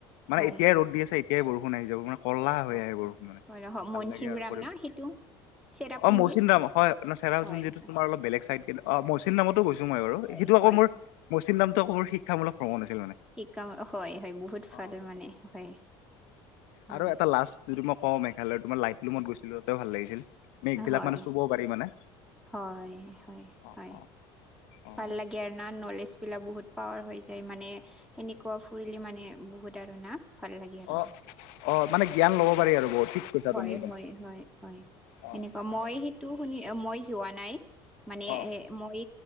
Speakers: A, on the left; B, in the centre.
A: মানে
B: হয়
A: এতিয়াই ৰদ দি আছে এতিয়াই বৰষুণ আহি যাব মানে। ক'লা হৈ
B: হয়
A: আহে বৰষুণ মানে
B: হয় ৰ
A: ভাল
B: মনচিম
A: লাগে আৰু
B: ৰাম
A: পৰিৱেশ
B: ন সেইটো। চেৰাপুঞ্জী
A: অ', মৌচিন ৰাম হয়, চেচোন
B: হয়
A: যটো
B: হয়
A: তোমাৰ অলপ বেলেগ চাইড। কিন্ত অ', মৌচিন নামতো গৈছো মই বাৰু,
B: হয়
A: সেইটো আকৌ
B: হয়
A: মোৰ মৌচিন নামটো আক মোৰ শিক্ষামূক ভ্ৰমণ আছিল। মানে
B: <unintelligible> হয় হয় বহুত <unintelligible>
A: অ
B: মানে হয় হয়।
A: আৰু এটা লাষ্ট যদি মই কওঁ মেঘালয়ৰ তোমাৰ লাইটলুমত
B: হয়
A: গৈছিল, ত ভাল লাগিছিল মেঘ বিলাক
B: হয়
A: মানে চুব পাৰি মানে।
B: হয় হয়
A: অ
B: হয়,
A: অ অ
B: ভাল লাগে আৰু ন নলেজ বিলাক বহুত পাৱাৰ হৈছে যায়, মানে সেনেকুৱা ফুৰিলি মানে বহুত আৰু না। ভাল লাগে আৰু।
A: অ অ মানে জ্ঞান লব পাৰি আৰু বহুত। ঠিক কৈছা
B: হয়
A: তুমি একদম
B: হয় হয় হয়, সেনেকুৱা
A: অ
B: মই
A: অ
B: সেইটো শুনি মই যোৱা নাই। মানে
A: অ
B: এ মই